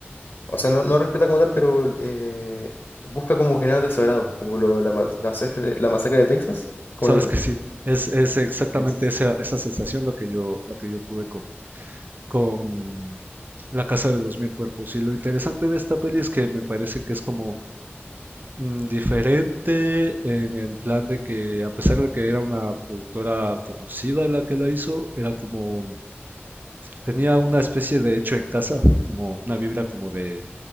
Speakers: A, on the left (about 55°); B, on the right (about 45°).
A: o sea, no, no respeta como tal, pero eh, busca como generar desagrado, como lo- la, ma- masacre, la masacre de Texas, es como
B: Sabes
A: lo mismo.
B: que sí, es, es exactamente
A: Sí.
B: esa, esa sensación lo que yo, lo que yo tuve con, con La Casa de los Mil Cuerpos. Y lo interesante de esta peli es que me parece que es como mm, diferente en el plan de que, a pesar de que era una productora conocida la que la hizo, era como, tenía una especie de hecho en casa, como una vibra como de